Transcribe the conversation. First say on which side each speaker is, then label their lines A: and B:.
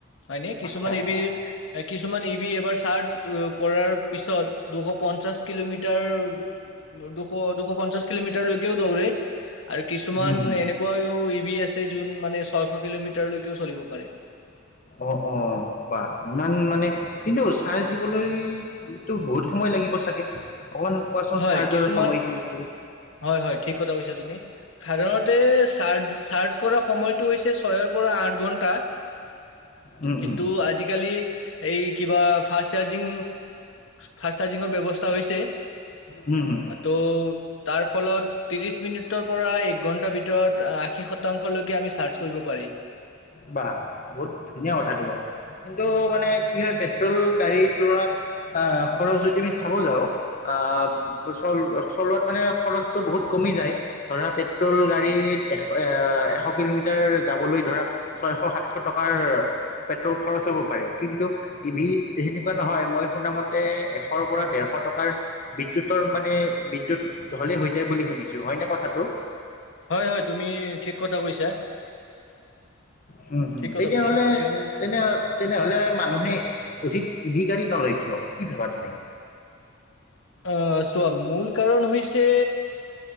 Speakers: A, on the left; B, on the left.
A: হয় নে কিছুমান
B: আচ্ছা আচ্ছা।
A: ইভিৰ কিছুমান ইভি এবাৰ চাৰ্জ কৰাৰ পিছত দুশ পঞ্চাশ কিলোমিটাৰ উম, দুশ দুশ পঞ্চাশ কিলোমিটাৰলৈকেও দৌৰে। আৰু কিছুমান
B: উম হুম
A: এনেকুৱাও ইভি আছে যোন মানে ছয়শ কিলোমিটাৰলৈকেও চলিব পাৰে।
B: অ অ বাহ ইমান মানে কিন্তু চাৰ্জ দিবলৈ কিন্তু বহুত সময় লাগিব চাগে অকমান কোৱাচোন
A: হয়
B: চাৰ্জৰ
A: কিছুমান
B: সময় কিমান?
A: হয় হয় ঠিক কথা কৈছা তুমি। সাধাৰণতে চাৰ্জ চাৰ্জ কৰা সময়টো হৈছে ছয়ৰ পৰা আঠ ঘণ্টা।
B: উম
A: কিন্তু
B: উম
A: আজিকালি এই কিবা ফাষ্ট চাৰ্জিং ফাষ্ট চাৰ্জিঙৰ ব্যৱস্থা হৈছে।
B: হুম হুম
A: ত' তাৰ ফলত ত্ৰিশ মিনিটৰ পৰা এক ঘন্টাৰ ভিতৰত আশী শতাংশলৈকে আমি চাৰ্জ কৰিব পাৰি।
B: বাহ বহুত ধুনীয়া কথা দেখোন কিন্তু মানে কি হয় পেট্ৰল গাড়ীত লৰাত আহ খৰচ যদি আমি চাব যাওঁ আহ চল চলোৱাত মানে খৰচটো বহুত কমি যায়। ধৰা পেট্ৰল গাড়ীত এশ এ এশ কিলোমিটাৰ যাবলৈ ধৰা ছয়শ সাতশ টকাৰ পেট্ৰল খৰচ হ'ব পাৰে কিন্তু ইভিত সেনেকুৱা নহয় মই শুনা মতে এশৰ পৰা ডেৰশ টকাৰ বিদ্যুতৰ মানে বিদ্যুত হ'লেই হৈ যায় বুলি শুনিছোঁ হয় নে কথাটো?
A: হয় হয় তুমি ঠিক কথা কৈছা।
B: হম হম
A: ঠিক কথা
B: তেতিয়া
A: কৈছা
B: হ'লে
A: তুমি কিয়নো
B: তেনে তেনেহলে মানুহে অধিক ইভি গাড়ী নলয় কিয় কি ভাবা তুমি?
A: আহ চোৱা মূল কাৰণ হৈছে